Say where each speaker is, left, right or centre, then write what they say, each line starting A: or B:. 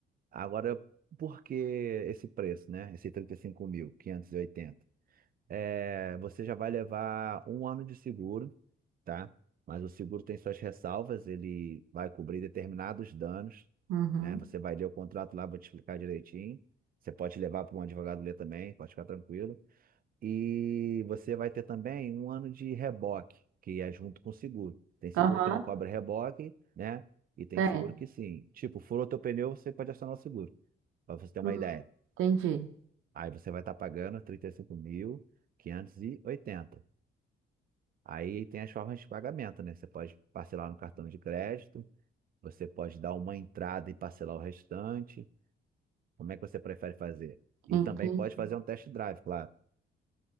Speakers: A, on the right (about 45°); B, on the right (about 90°).
A: Agora, por que esse preço, né? Esse trinta e cinco mil quinhentos e oitenta é, você já vai levar um ano de seguro, tá? Mas o seguro tem suas ressalvas, ele vai cobrir determinados danos,
B: Uhum.
A: né? Você vai ler o contrato lá, vou te explicar direitinho. Você pode levar para um advogado ler também, pode ficar tranquilo. E você vai ter também um ano de reboque, que é junto com o seguro. Tem seguro
B: Aham,
A: que não cobra reboque, né? E tem
B: tem.
A: seguro que sim. Tipo, furou teu pneu, você pode acionar o seguro, para você ter uma
B: Hum,
A: ideia.
B: entendi.
A: Aí você vai estar pagando trinta e e cinco mil quinhentos e oitenta. Aí tem as formas de pagamento, né? Você pode parcelar no cartão de crédito, você pode dar uma entrada e parcelar o restante. Como é que você prefere fazer? E
B: Entendi.
A: também pode fazer um test drive, claro.